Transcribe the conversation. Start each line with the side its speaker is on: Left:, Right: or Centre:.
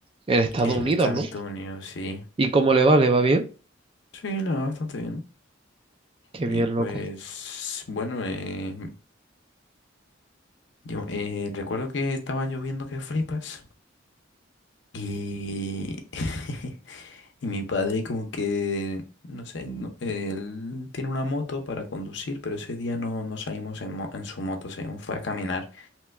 Right: En Estados
Left: él
Right: Unidos,
Left: está
Right: ¿no?
Left: en Estados Unidos, sí.
Right: ¿Y cómo le va? ¿Le va bien?
Left: Sí, la verdad, bastante bien.
Right: Qué
Left: Y
Right: bien,
Left: pues,
Right: loco.
Left: bueno, eh, yo eh, recuerdo que estaba lloviendo que flipas. Y, <laughs> y mi padre como que, no sé, no- él tiene una moto para conducir, pero ese día no, no salimos en, mo- en su moto, salimos, fue a caminar.